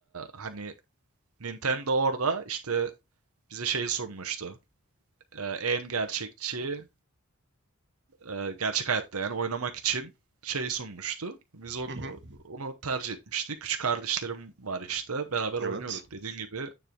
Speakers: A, on the right; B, on the right.
A: hani Nintendo orada işte bize şeyi sunmuştu. Ee, en gerçekçi, e, gerçek hayatta yani oynamak için şey sunmuştu. Biz onu,
B: Hı hı.
A: onu tercih etmiştik. Küçük kardeşlerim var işte. Beraber
B: Evet.
A: oynuyorduk. Dediğin gibi